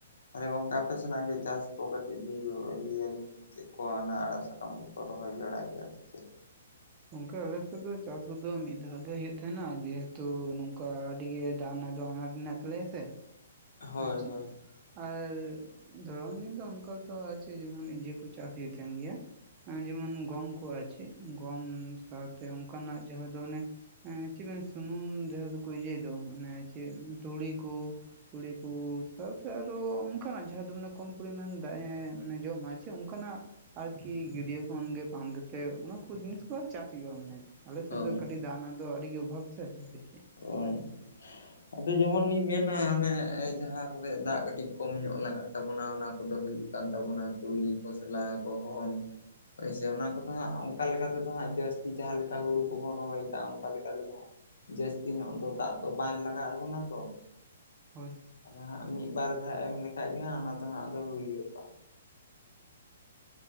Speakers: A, on the left; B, on the right.
A: ᱛᱟᱦᱞᱮ ᱜᱚᱝᱠᱮ ᱟᱯᱮ ᱥᱮᱱᱟᱜ ᱜᱮ ᱪᱟᱥ ᱠᱚ ᱠᱟᱹᱴᱤᱡ ᱞᱟᱹᱭ ᱞᱟᱹᱭ ᱟᱹᱞᱤᱧ ᱪᱮᱜ ᱠᱚ ᱦᱟᱱᱟ ᱟᱲᱟᱜ ᱥᱟᱠᱟᱢ ᱠᱚᱠᱚ ᱨᱚᱦᱚᱭ ᱵᱟᱲᱟᱭ ᱜᱮᱭᱟ ᱥᱮ ᱪᱮᱫ?
B: ᱜᱚᱝᱠᱮ ᱟᱞᱮ ᱥᱮᱫ ᱫᱚ ᱪᱟᱥ ᱠᱚᱫᱚ ᱢᱤᱫ ᱫᱷᱟᱣ ᱜᱮ ᱦᱳᱭᱳᱜ ᱛᱟᱦᱮᱸᱱᱟ ᱡᱮᱦᱮᱛᱩ ᱱᱚᱝᱠᱟ ᱟᱹᱰᱤ ᱜᱮ ᱫᱟᱜ ᱨᱮᱱᱟᱜ ᱫᱚ ᱟᱱᱟᱴ ᱢᱮᱱᱟᱜ ᱛᱟᱞᱮᱭᱟ ᱥᱮ,
A: ᱦᱳᱭ
B: ᱟᱨ ᱪᱮᱫ
A: ᱦᱳᱭ
B: ᱟᱨ ᱫᱷᱚᱨᱚᱱ ᱫᱤᱱ ᱫᱚ ᱚᱱᱠᱟᱛᱚ ᱟᱨ ᱪᱮᱫ ᱡᱮᱢᱚᱱ ᱤᱭᱟᱹ ᱠᱚ ᱪᱟᱥ ᱦᱩᱭᱩᱜ ᱛᱷᱮᱱ ᱜᱮᱭᱟ ᱡᱮᱢᱚᱱ ᱜᱚᱢ ᱠᱚ ᱟᱨ ᱪᱮᱫ ᱜᱚᱢ ᱥᱟᱶᱛᱮ ᱚᱝᱠᱟᱱᱟᱜ ᱡᱟᱦᱟᱸ ᱫᱚ ᱚᱱᱮ ᱪᱮᱫ ᱥᱩᱱᱩᱢ ᱡᱟᱦᱟᱸ ᱫᱚ ᱠᱩ ᱤᱭᱟᱹᱭ ᱫᱚ ᱚᱱᱮ ᱪᱮᱫ ᱛᱩᱲᱤ ᱠᱩ ᱛᱩᱲᱤ ᱠᱩ ᱥᱟᱶᱛᱮ ᱟᱨᱚ ᱚᱱᱠᱟᱱᱟᱜ ᱡᱟᱦᱟᱸ ᱫᱚ ᱢᱟᱱᱮ ᱠᱚᱢ ᱯᱚᱨᱤᱢᱟᱱ ᱫᱟᱜ ᱮ ᱡᱚᱢᱟ ᱪᱮ ᱚᱝᱠᱟᱱᱟᱜ ᱟᱨᱠᱤ ᱜᱟᱹᱰᱭᱟᱹ ᱠᱷᱚᱱ ᱜᱮ ᱯᱟᱢ ᱠᱟᱛᱮᱫ ᱚᱱᱟ ᱠᱚ ᱡᱤᱱᱤᱥ ᱠᱚ ᱟᱨ ᱪᱟᱥ ᱦᱩᱭᱩᱜ-ᱟ ᱢᱟᱱᱮ᱾ ᱟᱞᱮ ᱥᱮᱫ
A: ᱦᱳᱭ
B: ᱫᱚ ᱠᱟᱹᱴᱤᱡ ᱫᱟᱜ ᱨᱮᱱᱟᱜ ᱫᱚ ᱟᱹᱰᱤ ᱜᱮ ᱚᱵᱷᱟᱵ ᱥᱮ ᱦᱩᱭ ᱪᱮᱫ,
A: ᱚᱭ ᱟᱫᱚ ᱡᱮᱢᱚᱱ ᱞᱤᱧ ᱢᱮᱱᱟ ᱚᱱᱮ ᱡᱟᱦᱟᱸ ᱠᱚᱨᱮ ᱫᱟᱜ ᱠᱟᱹᱴᱤᱡ ᱠᱚᱢ ᱧᱚᱜ ᱞᱟᱜᱟᱜ, ᱛᱟᱵᱚᱱᱟ ᱚᱱᱟ ᱠᱚᱫᱚ ᱦᱩᱭᱩᱜ ᱠᱟᱱ ᱛᱟᱵᱚᱱᱟ ᱛᱩᱲᱤ ᱠᱷᱚᱥᱞᱟ ᱜᱚᱦᱚᱢ ᱦᱳᱭ ᱥᱮ ᱚᱱᱟ ᱠᱚᱫᱚ ᱦᱟᱸᱜ ᱚᱝ ᱠᱟ ᱞᱮᱠᱟ ᱛᱮᱫᱚ ᱦᱟᱸᱜ ᱡᱟᱹᱥᱛᱤ ᱡᱟᱦᱟᱸ ᱞᱮᱠᱟ ᱦᱩᱲᱩ ᱠᱚᱵᱚᱱ ᱨᱚᱦᱚᱭᱮᱫᱟ ᱚᱝᱠᱟ ᱞᱮᱠᱟᱛᱮᱫᱚ ᱦᱟᱸᱜ ᱡᱟᱹᱥ ᱛᱤ ᱧᱚᱜ ᱫᱚ ᱫᱟᱜ ᱫᱚ ᱵᱟᱭ ᱞᱟᱜᱟᱣ ᱮᱫ ᱵᱚᱱᱟ ᱛᱚ,
B: ᱦᱳᱭ ᱦᱳᱭ
A: ᱟᱫᱚ ᱦᱟᱸᱜ ᱢᱤᱫ ᱵᱟᱨ ᱫᱷᱟᱣ ᱮᱢ ᱞᱮᱠᱷᱟᱡ ᱜᱮ ᱦᱟᱸᱜ ᱚᱱᱟ ᱫᱚ ᱦᱟᱸᱜ ᱟᱫᱚ ᱦᱩᱭ ᱜᱚᱫᱚᱜ-ᱟ᱾